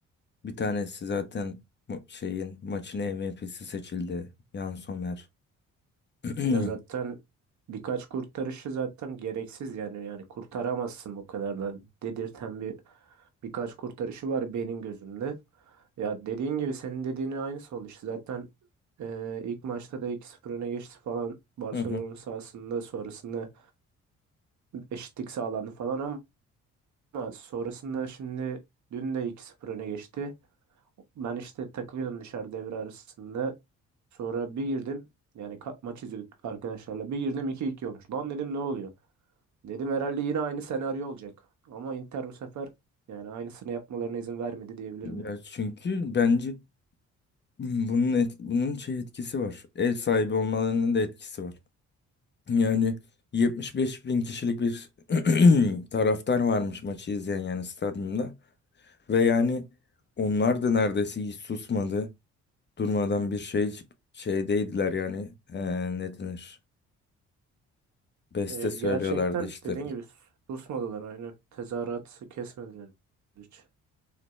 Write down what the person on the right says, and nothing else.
Ya zaten birkaç kurtarışı zaten gereksiz yani yani kurtaramazsın bu kadar da dedirten bir birkaç kurtarışı var benim gözümde. Ya dediğin gibi senin dediğinin aynısı oldu işte zaten e, ilk maçta da iki 0 öne geçti falan Barcelona
sahasında sonrasında eşitlik sağlandı falan ama sonrasında şimdi dün de iki 0 öne geçti. Ben işte takılıyordum dışarı devre arasında. Sonra bir girdim. Yani ka- maç izliyorduk arkadaşlarla. Bir girdim iki iki olmuş. Lan dedim ne oluyor? Dedim herhalde yine aynı senaryo olacak. Ama Inter bu sefer yani aynısını yapmalarına izin vermedi diyebilirim yani.
Evet
gerçekten
dediğin gibi susmadılar aynı. Tezahüratı kesmediler hiç.